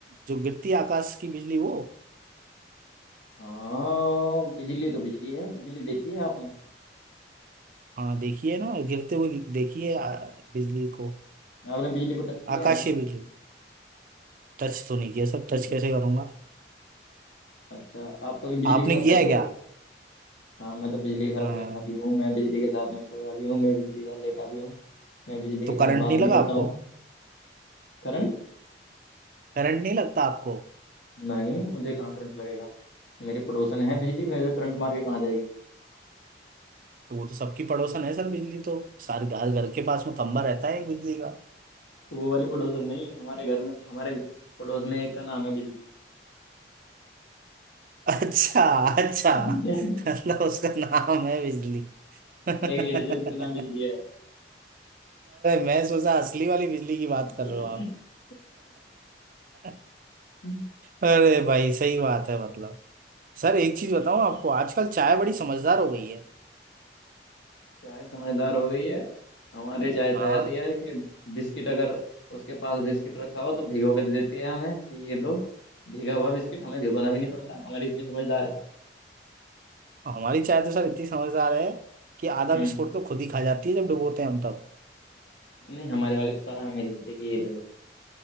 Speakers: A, on the right; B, on the left.
A: जो गिरती है आकाश की बिजली वो
B: हाँ बिजली तो बिजली है बिजली देखी है आपने
A: हाँ देखिए ना गिरते हुए देखिए आ, बिजली को
B: आपने बिजली को टच किया
A: आकाशीय
B: है
A: बिजली टच तो नहीं किया सर टच कैसे करूंगा
B: अच्छा आप कभी बिजली
A: आपने
B: के साथ
A: किया
B: बैठे
A: है क्या
B: हो हाँ मैं तो बिजली के साथ
A: हाँ
B: बैठा भी हूँ मैं बिजली के साथ में सोया भी हूँ मैं बिजली के साथ लेटा भी हूँ मैं बिजली
A: तो
B: के साथ
A: करंट
B: बात
A: नहीं लगा
B: भी करता
A: आपको
B: हूँ करण
A: करंट नहीं लगता आपको
B: नहीं मुझे कहाँ करंट लगेगा मेरी पड़ोसन है बिजली मेरे को करंट मार के कहाँ जाएगी
A: तो वो तो सबकी पड़ोसन है सर बिजली तो सारे घर घर के पास में खंबा रहता है एक बिजली का
B: तो वो वाली पड़ोसन नहीं हमारे घर में हमारे पड़ोस में एक का नाम है बिजली
A: अच्छा अच्छा
B: <laughs>
A: मतलब उसका नाम है बिजली <laughs> अरे
B: एक लेडीज है उसका नाम बिजली है
A: मैं सोचा असली वाली बिजली की बात
B: <laughs>
A: कर रहे हो आप <laughs>
B: हम्म,
A: अरे भाई सही बात है मतलब सर एक चीज बताऊं आपको आजकल चाय बड़ी समझदार हो गई है
B: चाय समझदार हो गई है हमारे चाय तो
A: हाँ
B: ऐसी है कि बिस्किट अगर उसके पास बिस्किट रखा हो तो भिगो के दे देती है हमें कि ये लो भीगा हुआ बिस्किट हमें भिगोना भी नहीं पड़ता हमारी इतनी समझदार है
A: हमारी चाय तो सर इतनी समझदार है कि आधा
B: हम्म
A: बिस्कुट तो खुद ही खा जाती है जब डुबोते हैं हम
B: नहीं हमारे वाले तो सारा हमें दे देते हैं कि ये ले लो